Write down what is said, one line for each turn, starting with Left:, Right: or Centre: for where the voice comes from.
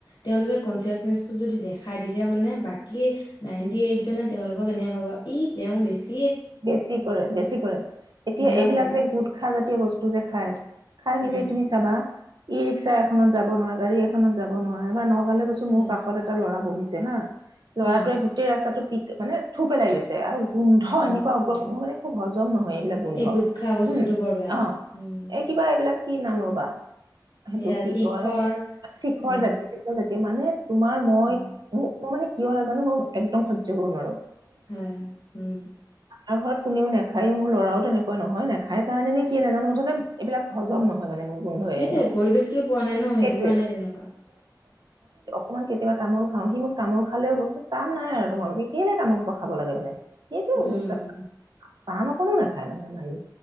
Left: তেওঁলোকে কনচিয়াচনেচটো যদি দেখাই তেতিয়া মানে বাকী নাইনটিএইটজনে তেওঁলোকক এনেকে ক'ব। ই তেওঁ বেছি
Right: বেছি কৰে-বেছি কৰে, এতিয়া
Left: সেনেকুৱা
Right: এইবিলাক
Left: ক'ব,
Right: যে গোটখা জাতীয় বস্তু যে খায়। খাই
Left: উম,
Right: মেলি তুমি চাবা ই ৰিক্সা এখনত যাব নোৱাৰা, গাড়ী এখনত যাব নোৱাৰা, বা ন ঘৰলে গৈছোঁ
Left: হয়,
Right: মোৰ কাষত এটা ল'ৰা বহিছে যেনে <unintelligible> ল'ৰাটোৱে
Left: উম,
Right: গোটেই ৰাস্তাটো পিক মানে থু পেলাই গৈছে আৰু গোন্ধ
Left: অ',
Right: এনে <unintelligible> মানে একো হজম নহয়। এইবিলাক গোন্ধ।
Left: এই গোটখা বস্তুটো
Right: উম।
Left: বৰ বেয়া।
Right: অঁহ।
Left: উম,
Right: এই কিবা এইবিলাক কি নাম ৰবা? সেইটো
Left: এয়া
Right: কি
Left: শিখৰ
Right: কয়? শিখৰ
Left: এনেকুৱা,
Right: জাতীয়-শিখৰ জাতীয় <unintelligible> মানুহে তোমাৰ মই,
Left: উম,
Right: মই মানে কিয় নাজানো মই একদম সহ্য কৰিব নোৱাৰোঁ।
Left: <unintelligible> উম।
Right: আৰু ঘৰত কোনেও নেখায়‌ও, মোৰ ল'ৰাও তেনেকুৱা নহয় নেখাই কাৰণে নে, কিয়ে নাজানো, মুঠতে এইবিলাক হজম নহয় মানে। মোৰ গোন্ধই
Left: সেইটোৱেই
Right: মা-
Left: পৰিৱেশটোৱেই পোৱা নাই ন, সেইটো
Right: সেইটোৱে।
Left: কাৰণে তেনেকুৱা।
Right: অকণমান কেতিয়াবা তামোল খাওঁ, সি মোক তামোল খালেও কাম নাই <unintelligible> আৰু তোমালোকৰ কেলে তামোল সোপা খাবা লাগে মানে। সেইটোৱেই
Left: উম,
Right: আৰু <inaudible> পান অকণো নেখায় মানে আমাৰ ই